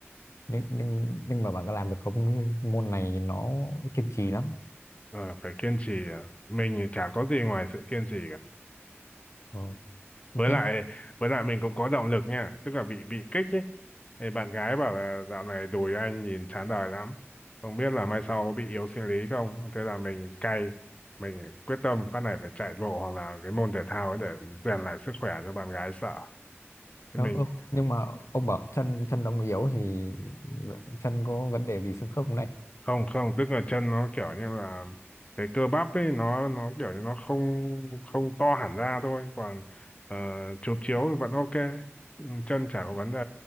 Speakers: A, on the left; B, on the left.
A: nhưng nhưng, nhưng mà bạn có làm được không môn này nó kiên trì lắm
B: ờ phải kiên trì à. mình thì chả có gì ngoài sự kiên trì
A: ờ, như
B: với
A: thế
B: lại với lại mình cũng có động lực nha tức là bị bị kích ấy thì bạn gái bảo là dạo này đùi anh nhìn chán đời lắm không biết là mai sau có bị yếu sinh lý không thế là mình cay mình quyết tâm phát này phải chạy bộ hoặc là cái môn thể thao ấy để rèn lại sức khỏe cho bạn gái sợ thì
A: Ờ,
B: mình
A: ơ, nhưng mà ông bảo chân chân ông yếu thì chân có vấn đề gì xương khớp không này
B: không không tức là chân nó kiểu như là cái cơ bắp ấy nó nó kiểu như nó không không to hẳn ra thôi còn ờ, chụp chiếu thì vẫn ok Ừ, chân chả có vấn đề